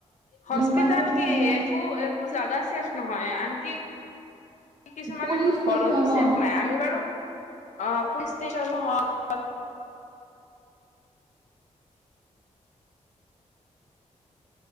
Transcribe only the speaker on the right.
ইমানে
মানে
পুলিচ ষ্টেচনো